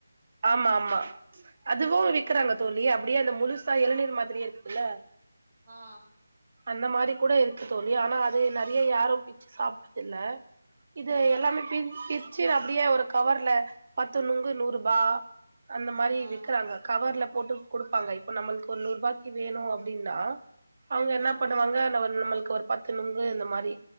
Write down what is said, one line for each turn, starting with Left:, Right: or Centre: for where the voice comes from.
Right: ஆம்மா ஆம்மா அதுவு விக்கறாங்க
Centre: ஓ
Right: தோழி அப்பிடியே அந்த முழுசா இளநீர் மாதிரியே இருக்குதுல்ல
Centre: ஆ
Right: அந்த மாரி கூட இருக்கு தோழி ஆனா அது நறைய யாரும் பிச்சு சாப்டுறதில்ல இது
Centre: ஆ
Right: எல்லாமே பிர் பிரிச்சு அப்டியே ஒரு கவர்ல பத்து நுங்கு நூருபா அந்த மாரி
Centre: ஆ
Right: விக்கறாங்க கவர்ல போட்டு குடுப்பாங்க இப்ப நம்மளுக்கு ஒரு நூறு ரூபாய்க்கு வேணு அப்டின்னா அவங்க
Centre: ஆ
Right: என்னா தா நம்மளுக்கு ஒரு பத்து நுங்கு இந்த மாரி